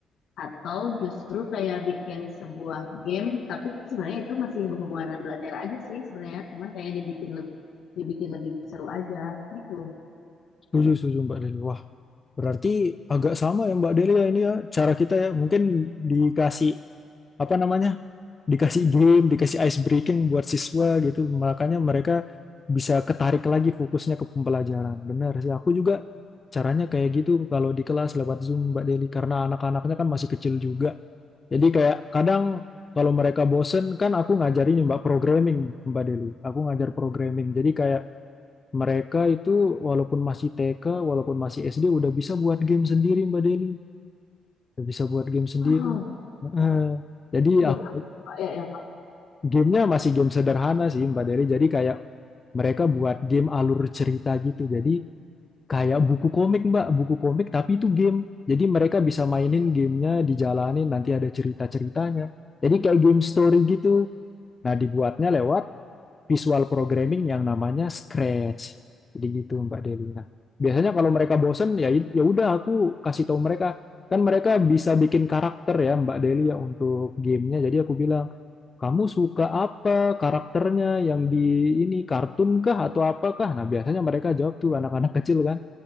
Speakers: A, on the left; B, on the left.
A: atau justru kayak bikin sebuah game tapi sebenarnya itu masih berhubungan dengan belajar aja sih sebenarnya cuman kayak dibikin lebih dibikin lebih seru aja gitu
B: Setuju, setuju Mbak Deli. Wah, berarti agak sama ya Mbak Deli ya ini ya cara kita ya. Mungkin dikasih apa namanya dikasih game, dikasih ice breaking buat siswa gitu. Makanya mereka bisa ketarik lagi fokusnya ke pembelajaran. Benar sih, aku juga caranya kayak gitu kalau di kelas lewat Zoom Mbak Deli karena anak-anaknya kan masih kecil juga. Jadi kayak kadang kalau mereka bosen kan aku ngajarin Mbak programming Mbak Deli. Aku ngajar programming. Jadi kayak mereka itu walaupun masih TK, walaupun masih SD udah bisa buat game sendiri Mbak Deli. Udah bisa buat game sendiri.
A: wow
B: Heeh. Jadi
A: game
B: aku
A: apa ya yang
B: Gamenya masih game sederhana sih Mbak Deli. Jadi kayak mereka buat game alur cerita gitu. Jadi kayak buku komik Mbak, buku komik tapi itu game. Jadi mereka bisa mainin gamenya, dijalanin nanti ada cerita-ceritanya. Jadi kayak game story gitu. Nah dibuatnya lewat visual programming yang namanya Scratch. Jadi gitu Mbak Deli. Nah biasanya kalau mereka bosen ya ya udah aku kasih tahu mereka. Kan mereka bisa bikin karakter ya Mbak Deli ya untuk gamenya. Jadi aku bilang kamu suka apa karakternya yang di ini kartun kah atau apakah? Nah, biasanya mereka jawab tuh anak-anak <laughs> kecil kan.